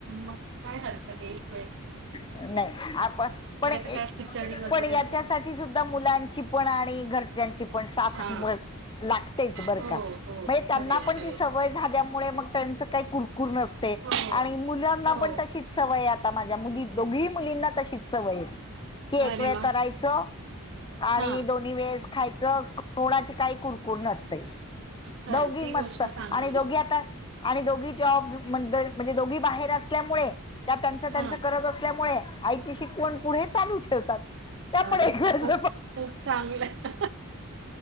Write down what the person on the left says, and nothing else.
नाही आपण पण
पण याच्यासाठी
सुद्धा मुलां पण आणि घरच्यांची पण साथ
लागतेच बरं
का
म्हणजे त्यांना
पण
ती सवय झाल्यामुळे मग त्यांचं काही कुरकुर नसते
आणि मुलांना
पण तशीच सवय आता माझ्या मुली दोघीही मुलींना तशीच सवय की एक
वेळ
करायचं आणि
दोन्ही वेळे खायचं कोोणाची काही कुरकुर नसते
दोघी
मस्त
आणि दोघी
आता आणि दोघी जॉब म्हण म्हणजे दोघी बाहेर असल्यामुळे त्या त्यांच त्यांच
करज अस मुळे आईची शिकवण पुढे चालू ठेवतात त्या
ज